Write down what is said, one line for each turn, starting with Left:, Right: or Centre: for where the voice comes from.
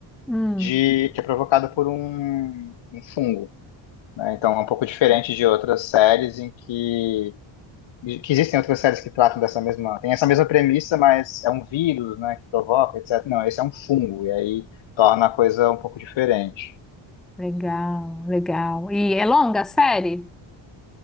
Centre: Hum,
Left: de, que é provocada por um, um fungo. né? Então, é um pouco diferente de outras séries em que, que existem outras séries que tratam dessa mesma, tem essa mesma premissa, mas é um vírus, né, que provoca, etc. Não, esse é um fungo, e aí torna a coisa um pouco diferente.
Centre: legal, legal. E é longa a série?